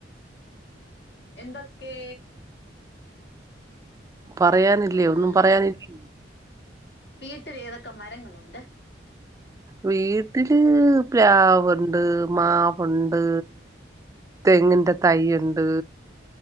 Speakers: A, on the left; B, on the right.
A: എന്തൊക്കെ
B: പറയാനില്ലേ
A: ആഹ്
B: ഒന്നും പറയാനില്ലേ?
A: വീട്ടിൽ ഏതൊക്കെ മരങ്ങളുണ്ട്?
B: വീട്ടില് പ്ലാവുണ്ട്, മാവുണ്ട് തെങ്ങിന്റെ തൈുണ്ട്,